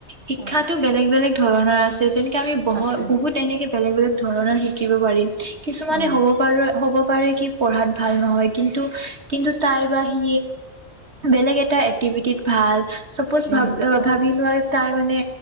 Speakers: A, on the right; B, on the right.
A: শিক্ষাটো
B: হয়
A: বেলেগ বেলেগ ধৰণৰ আছে যেনেকে আমি বহত
B: আছে
A: বহুত এনেকে বেলেগ বেলেগ ধৰণৰ শিকিব পাৰিম কিছুমানে
B: হয়
A: হ'ব পাৰো হ'ব পাৰে কি পঢ়াত ভাল নহয় কিন্ কিন্তু তাই বা সি বেলেগ এটা এক্টিভিটিত ভাল। চাপজ ভ
B: উম
A: ভাবি লোৱা তাই মানে